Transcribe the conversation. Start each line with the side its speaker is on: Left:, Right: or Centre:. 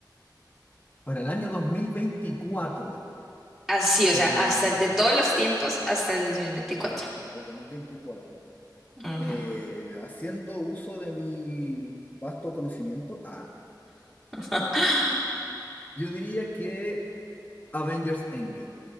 Left: Para el año 2024.
Centre: Así, o
Left: eh,
Centre: sea, hasta de todos los tiempos hasta el 2024.
Left: hasta el 2024.
Centre: Ujú.
Left: eh, haciendo uso de mi vasto conocimiento, ah,
Centre: <laughs>
Left: yo diría que Avengers Endgame.